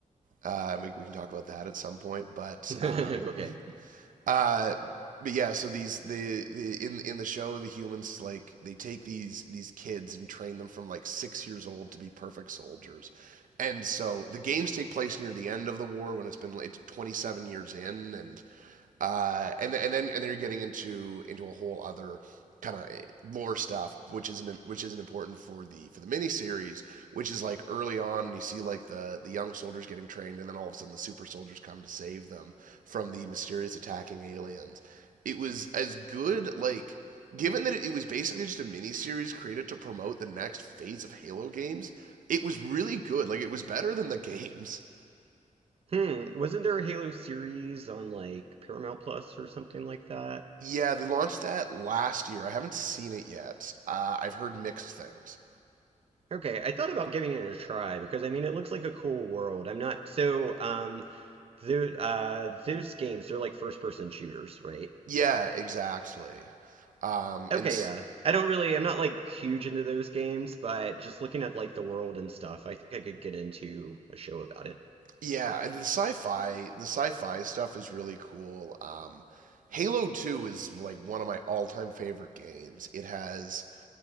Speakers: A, on the right; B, on the right.
A: Uh, and we we can talk about that at some point. But
B: <laughs>
A: um,
B: Okay.
A: Uh, but yeah, so these the, the in in the show the humans like they take these these kids and train them from like six years old to be perfect soldiers, and so the games take place near the end of the war when it's been it's twenty seven years in, and uh, and and then and then you're getting into into a whole other kind of lore stuff, which isn't which isn't important for the for the miniseries, which is like early on, and you see like the the young soldiers getting trained, and then all of a sudden the super soldiers come to save them from the mysterious attacking aliens. It was as good like. Given that it, it was basically just a miniseries created to promote the next phase of Halo games, it was really good. Like it was better than the games.
B: Hmm. Wasn't there a Halo series on like Paramount Plus or something like that?
A: Yeah, they launched that last year. I haven't seen it yet. Uh, I've heard mixed things.
B: Okay, I thought about giving it a try because I mean it looks like a cool world. I'm not so um those uh those games they're like first person shooters, right?
A: Yeah, exactly. Um,
B: Okay,
A: and
B: yeah. I don't really I'm not like huge into those games, but just looking at like the world and stuff, I think I could get into a show about it.
A: yeah, the sci-fi, the sci-fi stuff is really cool. Um, Halo 2 is like one of my all-time favorite games. It has